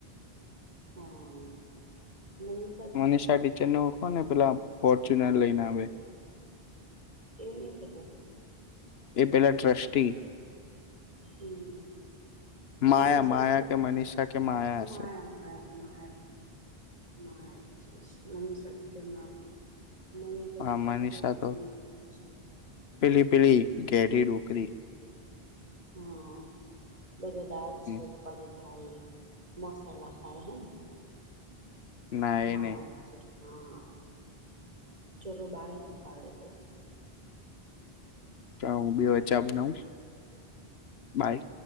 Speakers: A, on the right; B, on the left.
A: હા. મનીષા ટીચર
B: મને શાઢી
A: ને
B: છે ન. ને પેલા ફોર્ચ્યુનર લઈને આવે.
A: એ નહ ખબર.
B: એ પેલા ટ્રસ્ટી.
A: હમ.
B: માયા
A: મન ટીચર
B: માયા કે મનીષા કે
A: માયા
B: હશે
A: માયા માયા માયા ટચ મનષ ટીચર ના. મનીષા ટીચર
B: આમા નિશા
A: બહુ
B: તો
A: કંજૂસ છે.
B: પીલી પીલી ઘેરી ડોકરી.
A: હા બધો દાંત
B: હમ,
A: સપારી. ખાય મસાલા ખાય હમ.
B: ના એ
A: માયા
B: નહી
A: ટીચર. હા. ચલો બાય. હુંકલેલે કરીશું.
B: હ બ વચા બના બાય.